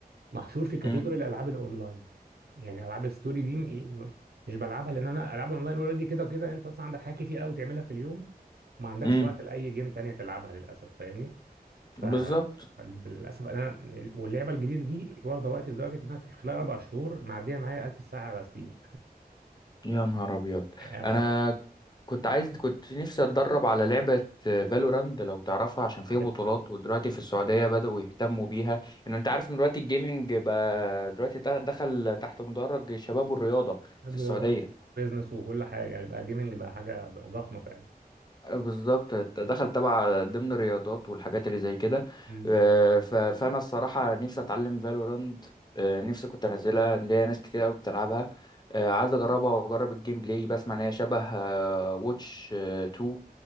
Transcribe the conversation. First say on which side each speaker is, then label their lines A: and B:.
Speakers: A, on the right; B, on the left.
A: محشور في كاتيجوري
B: امم
A: الالعاب الاونلاين يعني العاب الستوري دي م- مش بلعبها لان انا العاب الاونلاين اوريدي كده وكده انت اصلا عندك حاجات كتير قوي تعملها في اليوم وما عندكش
B: امم
A: مم. وقت لاي جيم تانية تلعبها للاسف فاهمني ف
B: بالظبط
A: مم. للاسف انا واللعبه الجديده دي واخده وقت لدرجه ان انا في خلال اربع شهور معديه معايا 1000 ساعه على ستيم
B: يا نهار ابيض
A: عارف
B: انا كنت عايز كنت نفسي اتدرب على لعبة فالوراند لو تعرفها عشان فيها
A: <laughs>
B: بطولات ودلوقتي في السعودية بدأوا يهتموا بيها ان انت عارف ان دلوقتي الجيمنج بقى دلوقتي تا- دخل تحت مدرج الشباب والرياضة
A: نادي
B: في السعودية
A: رياضة بيزنس وكل حاجة يعني بقى جيمنج بقى حاجة بقى ضخمة فعلا
B: بالظبط دخل تبع ضمن الرياضات والحاجات اللي زي كده
A: مم.
B: آه، ف- فانا الصراحة نفسي اتعلم فالوراند نفسي كنت انزلها إن ليا ناس كتير قوي بتلعبها آه، عايز اجربها واجرب الجيم بلاي بسمع ان هي شبه واتش 2